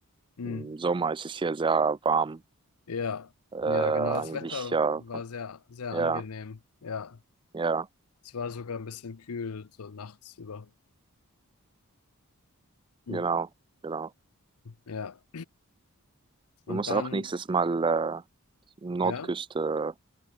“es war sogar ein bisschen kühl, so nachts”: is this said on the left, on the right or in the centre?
Left